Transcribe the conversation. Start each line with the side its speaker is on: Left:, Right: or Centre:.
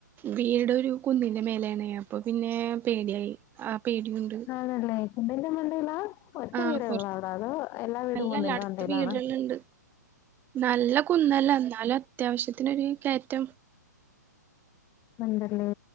Right: വീട് ഒരു കുന്നിന്റെ മേലെയാണേ അപ്പൊ പിന്നെ പേടിയായി ആ പേടിയിണ്ട്
Left: ആണല്ലേ കുന്നിന്റെ മണ്ടയില ഒറ്റ
Right: ആഹ്
Left: വീടെ
Right: കൊറ
Left: യൊള്ള അവിടെ അതോ എല്ലാ വീടും
Right: അല്ലല്ല
Left: കുന്നിൻ്റെ
Right: അടുത്ത്
Left: മണ്ടയിലാണ്
Right: വീടുകളുണ്ട് നല്ല കുന്നല്ല ഇന്നാലും അത്യാവശ്യത്തിനൊരു കയറ്റം
Left: ഉണ്ടല്ലേ